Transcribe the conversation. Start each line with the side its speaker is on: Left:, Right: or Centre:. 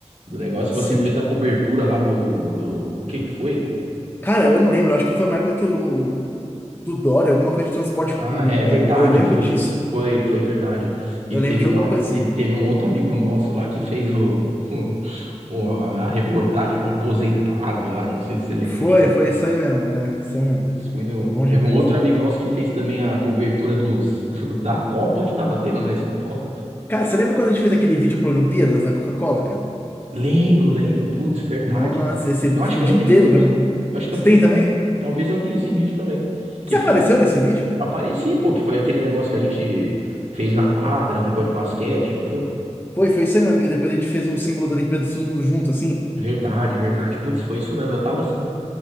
Right: do negócio.
Left: Sim.
Right: Você fez a cobertura lá do, do, do que que foi?
Left: Cara, eu não lembro, acho que foi uma época que o. Do Dória, alguma coisa de transporte
Right: Ah,
Left: público,
Right: é
Left: cara.
Right: verdade,
Left: Eu eu lembro
Right: foi,
Left: disso.
Right: foi, foi verdade. E
Left: Eu
Right: teve
Left: lembro de
Right: uma,
Left: alguma coisa
Right: e
Left: assim.
Right: teve um outro amigo nosso lá que fez o, <laughs> o- a reportagem com o aposentado lá, não sei se você lembra
Left: Foi,
Right: disso.
Left: foi isso aí mesmo. É, isso aí mesmo.
Right: É, esse foi meu-
Left: Bom
Right: Teve
Left: demais.
Right: um outro amigo nosso que fez também a cobertura dos, <laughs> da Copa que tava tendo na escola.
Left: Cara, você lembra quando a gente fez aquele vídeo para Olimpíadas da Coca-Cola, cara?
Right: Lembro, lembro, putz, é verdade,
Left: Nossa,
Right: cara.
Left: esse
Right: Eu acho
Left: ficou
Right: que eu
Left: o dia
Right: tenho
Left: inteiro
Right: também.
Left: gravando.
Right: Eu acho que
Left: Você
Right: eu tenho
Left: tem
Right: também.
Left: também?
Right: Talvez eu tenha esse vídeo também. Que
Left: Você
Right: foi,
Left: apareceu nesse vídeo?
Right: apareci, pô, que foi aquele negócio que a gente fez na quadra, um negócio de basquete, não foi?
Left: Foi, foi isso aí mesmo, que depois a gente fez o símbolo da Olimpíada todo mundo junto, assim.
Right: Verdade, verdade. Putz, foi isso mesmo. Eu tava assim.